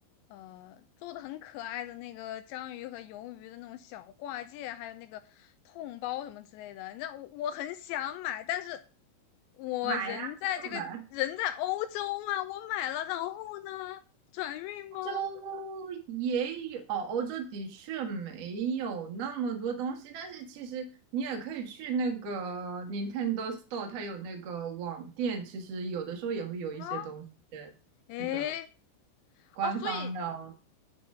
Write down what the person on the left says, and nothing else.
呃，做的很可爱的那个章鱼和鱿鱼的那种小挂件，还有那个痛包什么之类的。你知道我我很想买，但是我人在这个人在欧洲嘛，
我买了，然后呢，转运吗？
啊，诶，
哦，所以